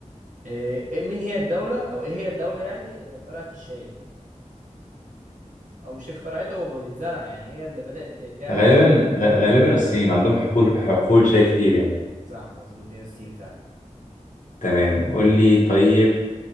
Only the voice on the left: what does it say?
غالبا
غ- غالبا الصين عندهم حقول حقول شاي كتير يعني
تمام قول لي طيب